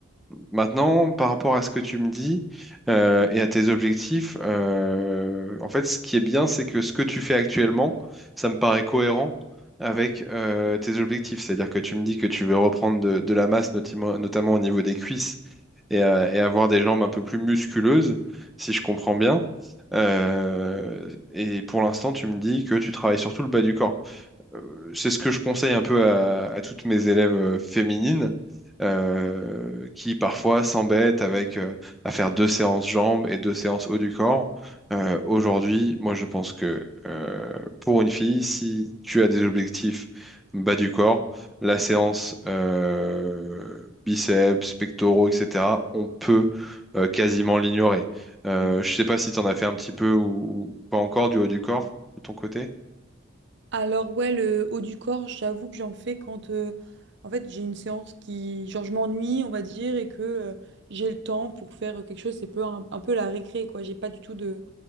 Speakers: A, in the centre; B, on the right.
A: maintenant, par rapport à ce que tu me dis euh, et à tes objectifs, euh, en fait, ce qui est bien, c'est que ce que tu fais actuellement, ça me paraît cohérent. avec euh, tes objectifs. C'est-à-dire que tu me dis que tu veux reprendre de, de la masse, notamment, notamment au niveau des cuisses, et, euh, et avoir des jambes un peu plus musculeuses, si je comprends bien. Euh, et pour l'instant, tu me dis que tu travailles surtout le bas du corps. Euh, c'est ce que je conseille un peu à, à toutes mes élèves euh, féminines euh, qui parfois s'embêtent avec euh, à faire deux séances jambes et deux séances haut du corps. Euh, aujourd'hui, moi je pense que euh, pour une fille, si tu as des objectifs bas du corps, la séance euh, biceps, pectoraux, etc., on peut euh, quasiment l'ignorer. Euh,
B: Ouais.
A: je sais pas si tu en as fait un petit peu ou, ou pas encore du haut du corps de ton côté.
B: Alors ouais, le haut du corps, j'avoue que j'en fais quand euh, en fait j'ai une séance qui genre je m'ennuie, on va dire, et que euh, j'ai le temps pour faire quelque chose, c'est peu un, un peu la récré quoi. J'ai pas du tout de